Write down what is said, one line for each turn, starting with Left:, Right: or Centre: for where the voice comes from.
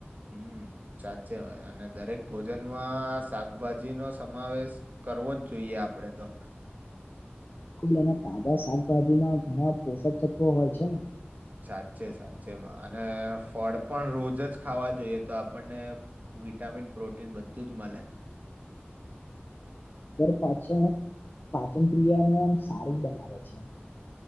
Right: હમ્મ, સાચે હોય અને દરેક ભોજનમાં શાકભાજી નો સમાવેશ કરવો જ જોઈએ આપડે તો.
Left: કુ મને તાજા શાકભાજીમાં ઘણા પોષક તત્વો હોય છે ને.
Right: સાચે સાચે અને ફળ પણ રોજ જ ખાવા જોઈએ તો આપણને વિટામિન પ્રોટીન બધું જ મલે.
Left: પાચન પાચન ક્રિયાને આમ સારીજ બનાવે છે.